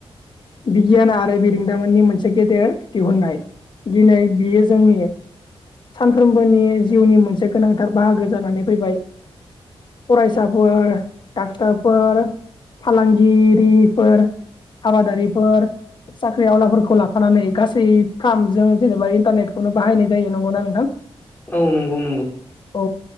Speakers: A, on the left; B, on the left.
A: बिगियान आरो बिरंदामोननि मोनसे गेदेर दिहुननाय। दिनै बियो जोंनि सानफ्रोमबोनि जिउनि मोनसे गोनांथार बाहागो जानानै फैबाय। फरायसाफोर फोर फालांगिरिफोर आबादारिफोर साख्रि आवलाफोरखौ लाफानानै गासै फार्मजों जेनेबा इन्टारनेटखौनो बाहायनाय जायो नंगौना नोंथां? <inaudible>
B: औ नंगौ नंगौ
A: औ